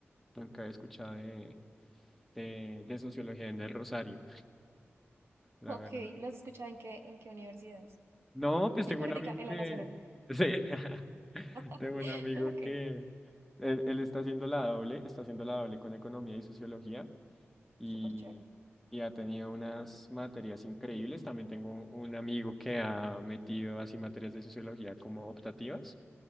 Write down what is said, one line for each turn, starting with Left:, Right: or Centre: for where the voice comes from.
Centre: nunca he escuchado de, de, de sociología en el Rosario, la
Right: ok,
Centre: verdad.
Right: ¿lo has escuchado en qué, en qué universidades?
Centre: No, pues
Right: <laughs>
Centre: tengo
Right: Ahorita,
Centre: un amigo
Right: en
Centre: que...
Right: la Nacional.
Centre: <laughs> Sí. <laughs>
Right: <laughs>
Centre: Tengo un amigo
Right: Ok,
Centre: que... Él, él está haciendo la doble, está haciendo la doble con economía y sociología. y,
Right: súper chévere.
Centre: y ha tenido unas materias increíbles. También tengo un un amigo que ha metido así materias de sociología como optativas